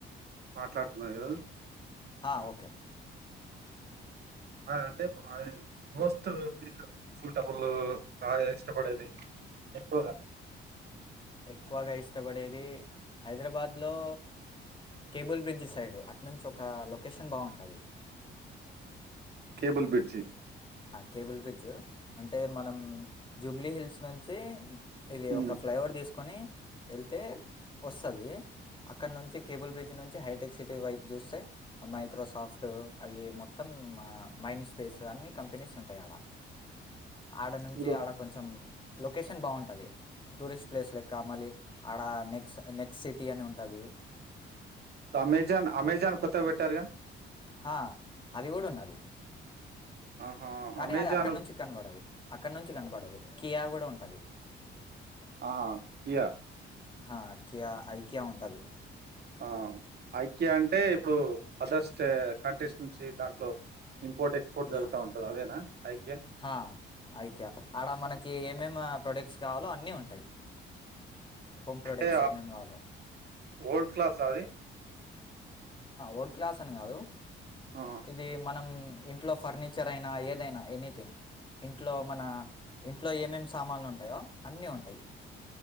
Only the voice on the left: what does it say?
హా ఒకే
ఎక్కువగా ఇష్టపడేది హైదరాబాద్లో కేబుల్ బ్రిడ్జ్ సైడు అటు నుంచి ఒక లొకేషన్ బాగుంటుంది
కేబుల్ బ్రిడ్జ్ అంటే మనం జూబ్లీ హిల్స్ నుంచి వచ్చి ఇవి
ఒక ఫ్లైఓవర్ తీసుకొని వెళ్తే వస్తుంది అక్కడ నుంచి కేబుల్ బ్రిడ్జ్ నుంచి హైటెక్ సిటీ వైపు చూస్తే మైక్రోసాఫ్ట్ అవి మొత్తం మైండ్ స్పేస్ అన్నీ కంపెనీస్ ఉంటాయి ఆడ ఆడ నుంచి
ఆడ కొంచెం లొకేషన్ బాగుంటుంది టూరిస్ట్ ప్లేస్ లెక్క మళ్ళీ ఆడ నెక్స్ట్ నెక్స్ట్ సిటీ అని ఉంటుంది
ఆ అది కూడా ఉన్నది
కానీ
అది అక్కడి నుంచి కనపడదు అక్కడి నుంచి కనపడదు కియా కూడా ఉంటది
ఆ ఐ కయా ఐకయా ఉంటుంది
యా
హ అ ఐకియా ఆడ మనకి ఏమేమి ప్రొడక్ట్స్ కావాలో అన్నీ ఉంటాయి హోమ్ ప్రొడక్ట్స్
ఏమేమి కావాలో
ఓట్ క్లాస్ అని కాదు
ఇది మనం ఇంట్లో ఫర్నిచర్ అయినా ఏదైనా ఎనీథింగ్ ఇంట్లో మన ఇంట్లో ఏమేమి సామాన్లు ఉంటాయో అన్నీ ఉంటాయి